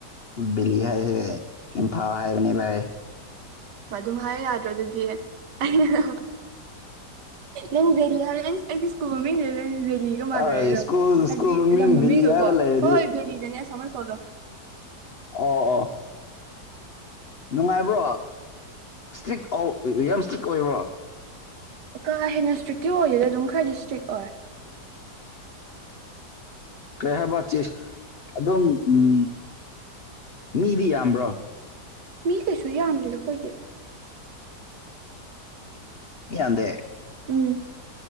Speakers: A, on the left; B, on the right.
A: ꯕꯤꯂꯤ ꯍꯥꯏꯁ ꯏꯝꯐꯥꯜ ꯍꯥꯏꯕꯅꯦꯚꯥꯏ
B: ꯑꯗꯨꯝ ꯍꯥꯏ ꯌꯥꯗ꯭ꯔꯣ ꯑꯗꯨꯗꯤ ꯑꯩꯅ ꯅꯪ ꯔꯦꯂꯤ ꯍꯥꯏꯔ ꯑꯩ ꯑꯩꯒꯤ ꯁ꯭ꯀꯨꯜ ꯃꯃꯤꯡꯗꯨꯗ ꯅꯦ ꯕꯦꯂꯤꯒ ꯃꯥꯜꯂꯨꯔꯦ
A: ꯍꯣꯏ
B: ꯑꯗꯨꯝ
A: ꯁ꯭ꯀꯨꯜ
B: ꯍꯥꯏꯕꯗꯤ
A: ꯁ꯭ꯀꯨꯜ ꯃꯃꯤꯡ
B: ꯂꯝ ꯃꯃꯤꯡꯒꯀꯣ
A: ꯕꯦꯂꯤ ꯍꯥꯏꯕ ꯂꯩꯔꯗꯤ
B: ꯍꯣꯏ ꯍꯣꯏ ꯚꯦꯂꯤꯗꯅꯦ ꯑꯁꯥꯃꯔꯈꯣꯗꯣ
A: ꯑꯣ ꯑꯣ ꯅꯨꯡꯉꯥꯏꯕ꯭ꯔꯣ ꯏꯁꯇ꯭ꯔꯤꯛ ꯌꯥꯝ ꯏꯁꯇ꯭ꯔꯤꯛ ꯑꯣꯏꯕ꯭ꯔꯣ
B: ꯀꯥ ꯍꯦꯟꯅ ꯏꯁꯇ꯭ꯔꯤꯛꯇꯤ ꯑꯣꯏꯗꯦꯗꯤ ꯑꯗꯨꯝ ꯈꯔꯗꯤ ꯏꯁꯇ꯭ꯔꯤꯛ ꯑꯣꯏ
A: ꯀꯩ ꯍꯥꯏꯕ ꯆ ꯑꯗꯨꯝ ꯎꯝ ꯃꯤꯗꯤ ꯌꯥꯝꯕ꯭ꯔꯣ
B: ꯃꯤ ꯀꯩꯁꯨ ꯌꯥꯝꯗꯈꯣꯏꯗꯦ
A: ꯌꯥꯗꯦ
B: ꯎꯝ